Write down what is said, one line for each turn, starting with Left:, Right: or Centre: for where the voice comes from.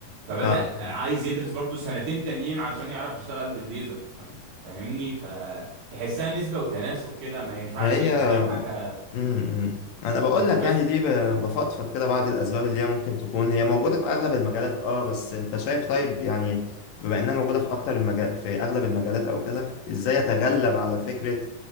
Right: فبدأ
Left: فاهم
Right: عايز يدرس برضه سنتين تانيين علشان يعرف يشتغل بالليزر ف- فاهمني فتحسها نسبه وتناسب كده ما ينفعش
Left: هي
Right: يبقى دي حاجه
Left: امم انا بقول
Right: انت
Left: لك
Right: بس
Left: يعني دي ب- بفضفض كده بعض الاسباب اللي هي ممكن تكون هي موجوده في اغلب المجالات اه بس انت شايف طيب يعني بما انها موجوده في اكتر المجال في اغلب المجالات او كده ازاي اتغلب على فكره